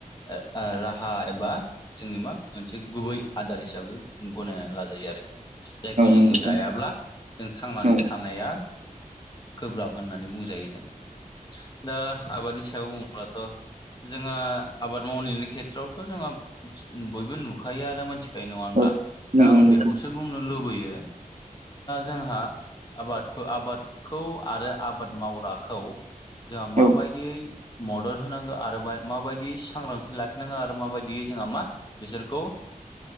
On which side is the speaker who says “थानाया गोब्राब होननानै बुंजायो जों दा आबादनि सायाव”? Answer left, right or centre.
Left